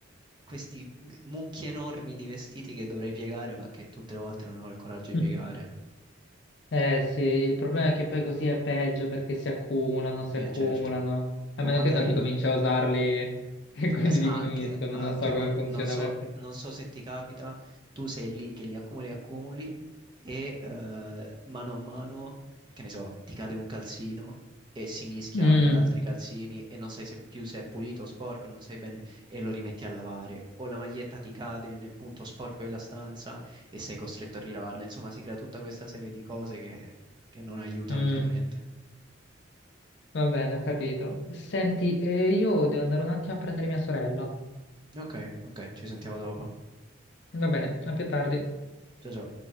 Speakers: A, on the right (about 25°); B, on the left (about 60°).
A: questi mucchi enormi di vestiti che dovrei piegare ma che tutte le volte non ho il coraggio di
B: Mm.
A: piegare.
B: Eh sì, il problema è che poi così è peggio perché si accumulano, si accumulano,
A: Eh certo.
B: a meno
A: O magari
B: che non ricominci
A: no-
B: a usarli <laughs> e quindi
A: S-
B: diminuiscono,
A: Anche, anche,
B: non so come
A: ma n-
B: funziona
A: non so,
B: per te.
A: non so se ti capita, tu sei lì che li accumuli, accumuli e eh, mano a mano, che ne so, ti cade un calzino e si mischia
B: Mm,
A: ad altri calzini e non sai se più se è pulito o sporco, non sai bene e lo rimetti a lavare. O la maglietta ti cade nel punto sporco della stanza e sei costretto a rilavarla. Insomma, si crea tutta questa serie di cose che, che non aiutano
B: mm.
A: chiaramente.
B: Va bene, ho capito. Senti, eh, io devo andare un attimo a prendere mia sorella.
A: Ok, ok, ci sentiamo dopo.
B: Va bene, a più tardi.
A: Ciao ciao.